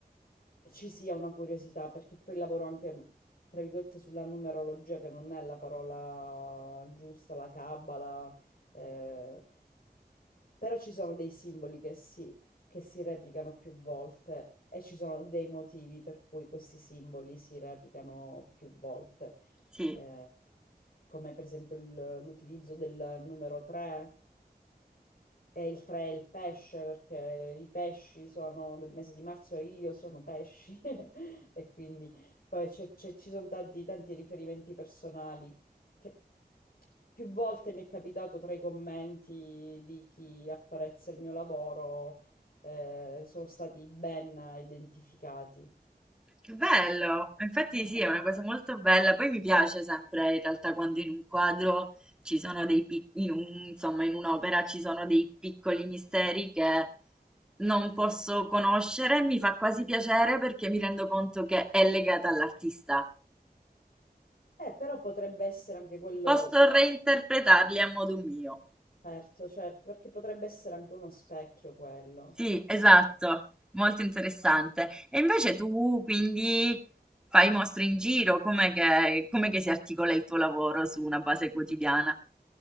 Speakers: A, on the left (about 60°); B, in the centre.
A: ci sia una curiosità, perché poi lavoro anche, tra virgolette, sulla numerologia, che non è la parola giusta, la cabala, eh, però ci sono dei simboli che si, che si replicano più volte e ci sono dei motivi per cui questi simboli si replicano più volte,
B: Sì.
A: eh, come per esempio il- l'utilizzo del numero 3 e il 3 è il pesce, perché i pesci sono del mese di marzo e io sono pesci, <laughs> e quindi poi c'è- c'è- ci sono tanti, tanti riferimenti personali che più volte mi è capitato tra i commenti di chi apprezza il mio lavoro, eh, sono stati ben identificati.
B: Che bello! Infatti
A: <laughs>
B: sì, è una cosa molto bella. Poi mi piace sempre in realtà quando in un quadro ci sono dei piccoli, in un- insomma, in un'opera ci sono dei piccoli misteri che non posso conoscere. Mi fa quasi piacere perché mi rendo conto che è legata all'artista.
A: Eh, però potrebbe essere anche quello,
B: Posso reinterpretarli a modo mio.
A: certo, cioè, perché potrebbe essere anche uno specchio quello.
B: Sì, esatto, molto interessante. E invece tu quindi fai mostre in giro, com'è che, com'è che si articola il tuo lavoro su una base quotidiana?